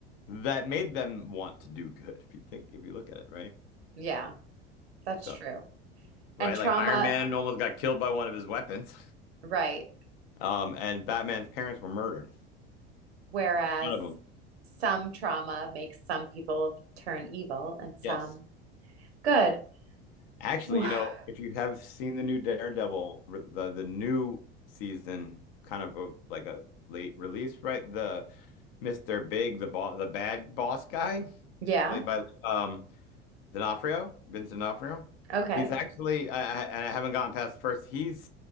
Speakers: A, on the left (about 60°); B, on the right (about 75°).
A: that made them want to do good. If you think, if you look at it, right?
B: Yeah. That's
A: So
B: true.
A: right,
B: And trauma,
A: like Iron Man almost got killed by one of his weapons,
B: right.
A: um, and Batman's parents were murdered.
B: Whereas
A: One of them,
B: some trauma makes some people turn evil and some
A: yes.
B: good.
A: Actually,
B: <sighs>
A: you know, if you have seen the new Daredevil, the the new season, kind of a, like a late release, right? The Mr. Big, the boss, the bad boss guy,
B: Yeah.
A: played by um D'Onofrio, Vincent D'Onofrio.
B: Okay.
A: He's actually, I, I, and I haven't gotten past the first. He's